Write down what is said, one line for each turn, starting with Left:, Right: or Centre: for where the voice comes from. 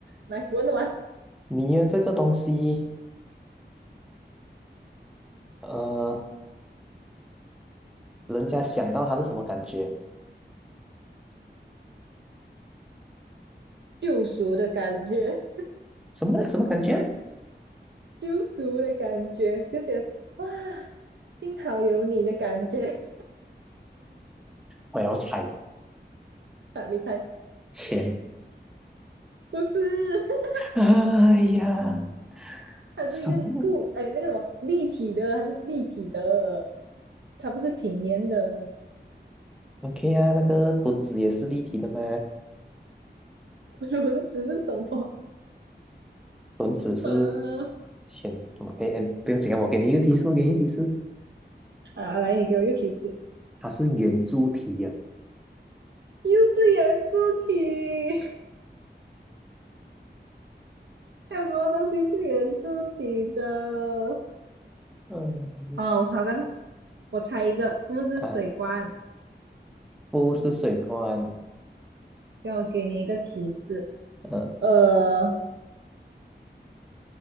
Right: 来，问完
Centre: 你呀，这个东西，呃，人家想到它是什么感觉？
Right: 救赎的感觉，
Centre: 什么什么感觉？
Right: 救赎的感觉，就觉得哇，幸好有你的感觉
Centre: 我要猜
Right: <laughs> 啊！你猜，
Centre: 钱。
Right: 不是，<laughs>
Centre: <laughs> 哎呀，
Right: 它是一个固，
Centre: 什么
Right: 哎，那个什么立体的，它是立体的，它不是平面的。
Centre: ？OK 啊，那个墩子也是立体的吗？
Right: <laughs> 轮子是什么？
Centre: 墩子是
Right: <laughs> 呃，
Centre: 前 OK，哎不用紧啊，我给你一个提示，我给你一个提示，
Right: 啊，来，你给我一个提示，
Centre: 它是圆柱体呀、
Right: 又是圆柱体。还有什么东西是圆柱体的？
Centre: 嗯，
Right: 哦，好像我猜一个，是不是水罐？
Centre: 啊，不是水罐，
Right: 叫我给你一个提示。
Centre: 呃，
Right: 呃，